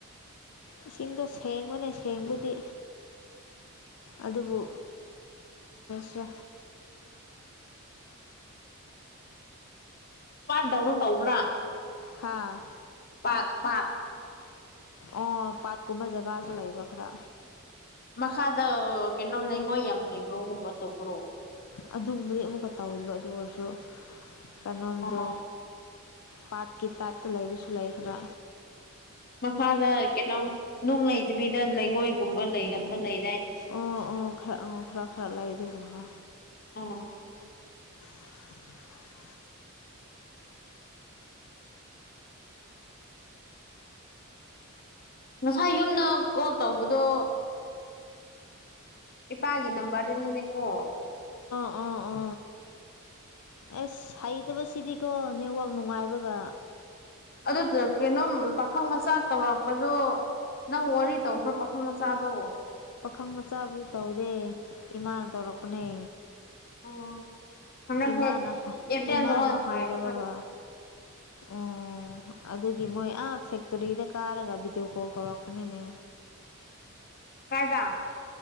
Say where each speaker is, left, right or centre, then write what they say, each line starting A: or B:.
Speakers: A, on the left; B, on the left.
A: ꯏꯁꯤꯡꯗꯣ ꯁꯦꯡꯕꯅꯦ ꯁꯦꯡꯕꯨꯗꯤ ꯑꯗꯨꯕꯨ ꯁꯦ
B: ꯄꯥꯟꯗꯧꯅ ꯇꯧꯕ꯭ꯔꯥ
A: ꯍꯥꯥ
B: ꯄꯥꯠ ꯄꯥꯠ
A: ꯑꯣ ꯄꯥꯠꯀꯨꯝꯕ ꯖꯒꯥꯁꯨ ꯂꯩꯕ ꯈꯔ
B: ꯃꯈꯥꯗ ꯀꯩꯅꯣ ꯂꯩꯉꯣꯏ ꯌꯥꯝ ꯂꯩꯕꯣꯒꯨꯝꯕ ꯇꯧꯕꯧꯕ꯭ꯔꯣ
A: ꯑꯗꯨꯒꯨꯝꯕꯗꯤ ꯑꯃꯨꯛꯀ ꯇꯧꯈꯤꯕ ꯑꯗꯨ ꯑꯣꯏꯔꯁꯨ ꯀꯩꯅꯣꯝꯗꯨ
B: ꯑꯣ
A: ꯄꯥꯠꯀꯤ ꯇꯥꯠꯇ ꯂꯩꯕꯁꯨ ꯂꯩꯈ꯭ꯔꯥ
B: ꯃꯈꯥꯗ ꯀꯩꯅꯣꯝ ꯅꯨꯡ ꯂꯩꯇꯕꯤꯗ ꯂꯩꯉꯣꯏꯒꯨꯝꯕ ꯂꯩꯒꯟꯕ ꯂꯩ
A: ꯑꯣ ꯑꯣꯔ ꯑꯣ ꯈꯔꯥ ꯈꯔꯥ ꯂꯥꯏ ꯑꯗꯨꯨꯝꯕ
B: ꯑ ꯑ
A: <unintelligible>
B: ꯉꯁꯥꯏ ꯌꯨꯝꯗ ꯀꯣꯜ ꯇꯧꯕꯗꯣ ꯏꯄꯥꯒꯤ ꯅꯝꯕ ꯕꯥꯔꯅꯅꯤꯀꯣ
A: ꯑꯥ ꯑꯥ ꯑꯦꯁ ꯍꯩꯇꯕꯁꯤꯗꯤꯀꯣ ꯅꯦꯠꯋꯥꯛ ꯅꯨꯡꯉꯥꯏꯕꯒ
B: ꯑꯗꯨꯗꯨꯅ ꯀꯩꯅꯣꯝ ꯄꯥꯈꯪ ꯃꯆꯥ ꯇꯧꯔꯛꯄꯗꯣ ꯅꯪ ꯋꯥꯔꯤ ꯇꯧꯕ꯭ꯔꯥ ꯄꯥꯈꯪ ꯃꯆꯥꯗꯣ
A: ꯄꯥꯈꯪ ꯃꯆꯥꯕꯨꯗꯤ ꯇꯧꯗꯦ ꯏꯃꯥꯅ ꯇꯧꯔꯛꯄꯅꯦ
B: ꯎꯝ ꯍꯟꯗꯛꯁꯦ
A: ꯏꯃꯥꯅ
B: ꯑꯦꯌꯥꯔꯇꯦꯜꯗ
A: ꯏꯃꯥꯅ
B: ꯑꯣꯏꯅ
A: ꯍꯩꯗꯕꯒ
B: ꯉꯥꯏꯕ
A: ꯑꯣ ꯑꯗꯨꯒꯤ ꯃꯣꯏ ꯑꯥ ꯐꯦꯛꯇꯣꯔꯤꯗ ꯀꯥꯔꯒ ꯚꯤꯗꯤꯑꯣ ꯀꯣꯜ ꯇꯧꯔꯛꯄꯅꯤꯅꯦ
B: ꯑ